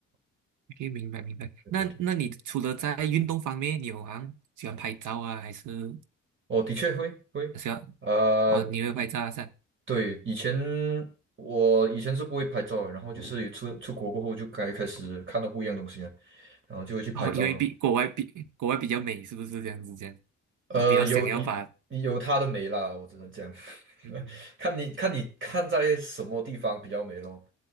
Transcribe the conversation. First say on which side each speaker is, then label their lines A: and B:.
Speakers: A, on the right (about 80°); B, on the right (about 40°).
A: 可以明白明白。
B: 对对对，
A: 那那你除了在运动方面，你有好像喜欢拍照啊，还是
B: 哦，的确会会，
A: 喜欢
B: 啊，
A: 哦？你会拍照啊是吧？
B: 以对以前我以前是不会拍照的，然后就是出出国过后就该开始看到不一样的东西了，然后就会去拍照了。
A: <laughs> 哦，因为比国外比国外比较美，是不是这样子？这样，
B: 呃，
A: 我比较想要把
B: 有有它的美啦，我只能讲，
A: 嗯
B: <laughs> 看你看你看在什么地方比较美咯。